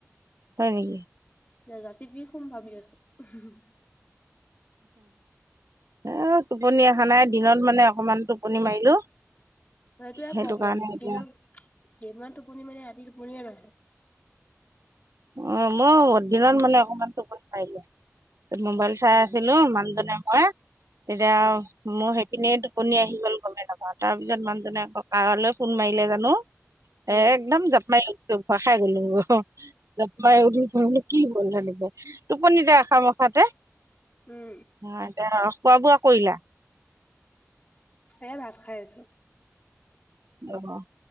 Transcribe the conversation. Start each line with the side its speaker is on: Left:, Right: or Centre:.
Right: হয় নেকি
Left: দে ৰাতি কি শুম ভাবি আছ। হু হু হু
Right: এ টোপনি অহা নাই দিনত মানে অকমান টোপনি মাৰিলো।
Left: সেইটোৱে
Right: সেইটো
Left: প্ৰব্লেম
Right: কাৰণে এতিয়া
Left: দিনত। দিনত টোপনি মাৰি ৰাতি টোপনিয়ে নাহে
Right: অ মওঁ দিনত মানে অকমান টোপনি মাৰি লও মোবাইল চাই
Left: উম,
Right: আছিলো মানুহজনে ময়ে তেতিয়া
Left: উম,
Right: আউ মোওঁ সেইটো। পিনে টোপনি আহি গ'ল গমে নাপাওঁ তাৰ পিছত মানুহজনে আকৌ কালে ফোন মাৰিলে জানো।
Left: উম,
Right: একদম জাপ মাৰি আহিছোঁ ভয় খাই গ'লো। জাপ মাৰি উঠিছোঁ বোলো কি হ'ল হেনেকে টোপনিতে আশা মখাতে। অ
Left: উম,
Right: এতিয়া খোৱা বোৱা কৰিলা।
Left: এ ভাত খাই আছো।
Right: অঁ।